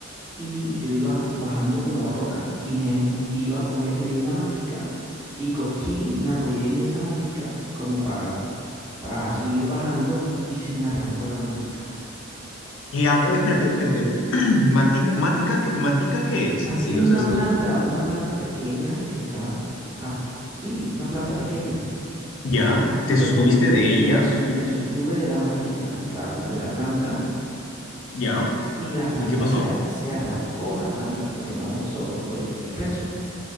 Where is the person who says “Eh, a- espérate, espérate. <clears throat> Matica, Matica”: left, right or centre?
Left